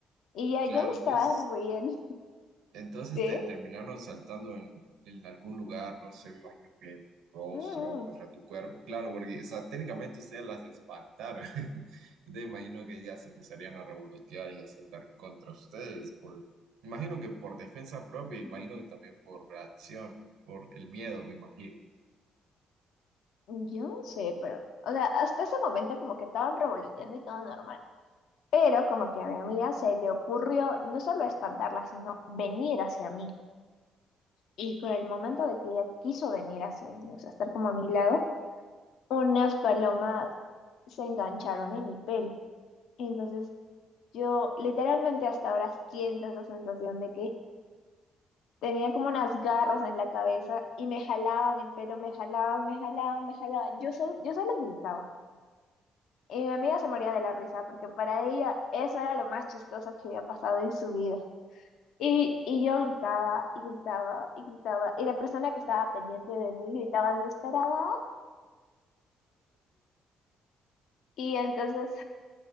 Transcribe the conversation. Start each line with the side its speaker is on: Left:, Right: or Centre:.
Left: Y ya
Right: Claro,
Left: yo me estaba
Right: entonces,
Left: riendo.
Right: entonces
Left: <laughs> ¿sí?
Right: te terminaron saltando en, en algún lugar, no sé, me imagino que el rostro
Left: Mm.
Right: contra tu cuerpo, claro, porque, o sea, técnicamente ustedes las espantaron, <laughs> entonces me imagino que ellas empezarían a revolotear y a saltar contra ustedes, por, imagino que por defensa propia,
Left: mm.
Right: imagino que también por reacción, por el miedo, me imagino.
Left: Yo no sé, pero, o sea, hasta ese momento como que estaban revoloteando y todo normal. Pero como que a mi amiga se le ocurrió no solo espantarla, sino venir hacia mí. Y con el momento de que ella quiso venir hacia mí, o sea, estar como a mi lado, unas palomas se engancharon en mi pelo. Entonces yo literalmente hasta ahora siento esa sensación de que tenía como unas garras en la cabeza y me jalaban el pelo, me jalaban, me jalaban, me jalaban. Yo solo, yo solo gritaba. Y mi amiga se moría de la risa porque para ella eso era lo más chistoso que había pasado en su vida. Y, y yo gritaba y gritaba y gritaba y la persona que estaba pendiente de mí gritaba desesperada. Y entonces